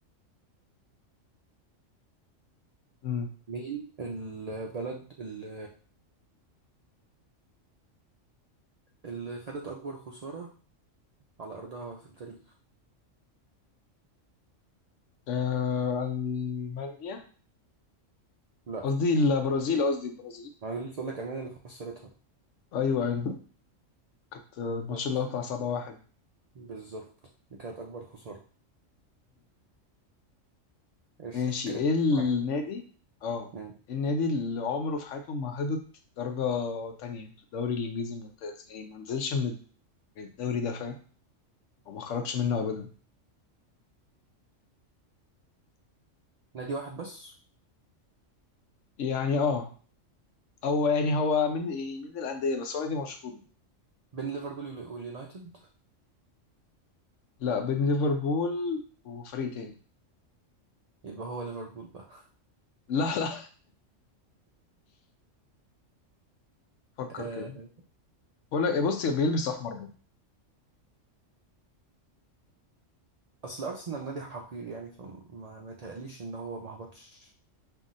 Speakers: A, on the left; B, on the right.
A: مم.
B: مين البلد اللي, اللي خدت اكبر خساره على ارضها في التاريخ
A: آه، ألمانيا
B: لا
A: قصدي البرازيل قصدي البرازيل
B: ما أنا لسه اقول لك المانيا اللي خسرتها
A: ايوه ايوه كانت الماتش
B: بس
A: اللي هو بتاع 7-1
B: بالظبط دي كانت اكبر خساره قشطه
A: ماشي
B: كده
A: ايه
B: 2
A: النادي
B: واحد
A: اه
B: مم.
A: إيه النادي اللي عمره في حياته ما هبط درجة تانية في الدوري الإنجليزي الممتاز يعني ما نزلش من ال- من الدوري ده فاهم وما خرجش منه أبدا
B: نادي واحد بس
A: يعني اه أو يعني هو من يعني من الأندية بس هو نادي مشهور
B: بين ليفربول واليونايتد
A: لا بين ليفربول وفريق تاني
B: يبقى هو ليفربول بقى
A: لا لا <laughs> فكر
B: <laughs>
A: كده ولا بص بيلبس أحمر برضه
B: اصل ارسنال نادي حقير يعني فما ما يتهيأليش ان هو ما هبطش